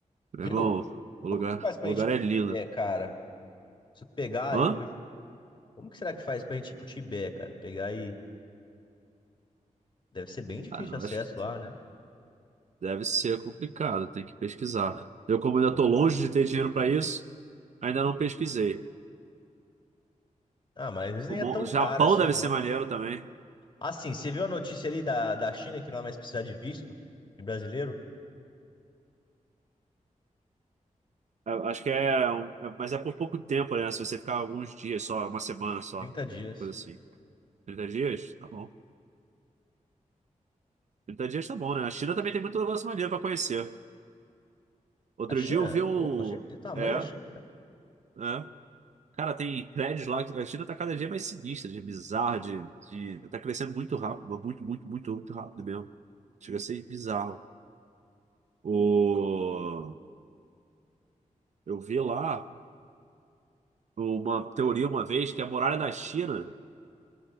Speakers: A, on the right; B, on the left.
A: Meu
B: Viu?
A: irmão, o
B: Como
A: lugar,
B: que faz pra
A: o lugar
B: gente ir pro
A: é lindo.
B: Tibete, cara? Se eu pegar
A: Hã?
B: aí hoje, como que será que faz pra gente ir pro Tibete, cara? Pegar aí. Deve ser bem difícil
A: Ah, não,
B: o acesso
A: acho que
B: lá, né?
A: Deve ser complicado, tem que pesquisar. Eu, como ainda estou longe de ter dinheiro para isso, ainda não pesquisei.
B: Ah, mas eles nem
A: O bom-
B: é tão
A: o Japão
B: caro assim,
A: deve
B: não,
A: ser maneiro
B: né?
A: também.
B: Assim, você viu a notícia ali da, da China que não vai mais precisar de visto de brasileiro?
A: É, Acho que é, um- é- mas é por pouco tempo, né? Se você ficar alguns dias só, uma semana só,
B: trinta dias.
A: coisa assim. trinta dias? Tá bom. 30 dias tá bom, né? A China também tem muito negócio maneiro para conhecer. Outro
B: A China?
A: dia eu vi um.
B: Oh, com certeza, o tamanho
A: É,
B: da China, cara.
A: é. Cara, tem prédios lá. que- A China tá cada dia mais sinistra, de bizarro, de, de... Tá crescendo muito rápido, muito, muito, muito, muito rápido mesmo. Chega a ser bizarro. O... Eu vi lá uma teoria uma vez que é a muralha da China,